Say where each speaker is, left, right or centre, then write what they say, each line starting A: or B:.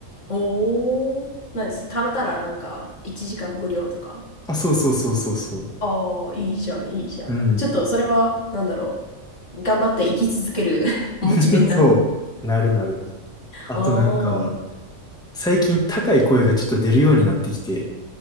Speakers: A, on the left; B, in the centre.
A: おー。何です貯めたらなんか1時間無料とか。
B: あ、そうそうそうそうそう。
A: ああ、いいじゃん、いいじゃん。
B: うん。
A: ちょっとそれは、なんだろう。頑張って生き続ける <laughs> モチベになる。
B: <laughs> そう。なるなる。あとなんか、
A: ああ。
B: 最近高い声がちょっと出るようになってきて、